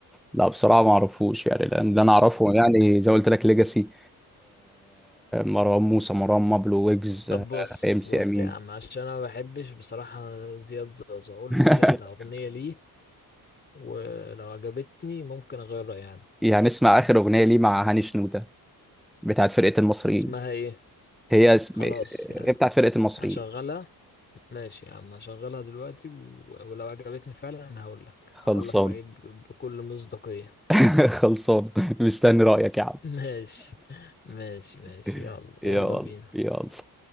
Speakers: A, in the centre; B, on the left.
A: لا بصراحه ما اعرفوش يعني لان اللي انا اعرفه يعني زي ما قلت لك ليجاسي مروان موسى مروان مابلو ويجز
B: طب
A: آه،
B: بص
A: ام سي
B: بص
A: امين
B: يا عم عشان انا ما بحبش بصراحة زياد زوز قول
A: <laughs>
B: لي على اغنية ليه ولو عجبتني ممكن اغير رأيي يعني
A: يعني اسمع اخر اغنيه ليه مع هاني شنوده بتاعت فرقه المصريين
B: اسمها ايه
A: هي اسم
B: خلاص يعني
A: هي بتاعت فرقة المصريين
B: هشغلها ماشي يا عم هشغلها دلوقتي و... ولو عجبتني فعلا هقول لك هقول
A: خلصان
B: لك رأيي ب- بكل مصداقية
A: <laughs> خلصان مستني رأيك يا عم
B: <laughs> ماشي ماشي ماشي
A: <laughs>
B: يلا
A: يلا
B: يلا بينا
A: يلا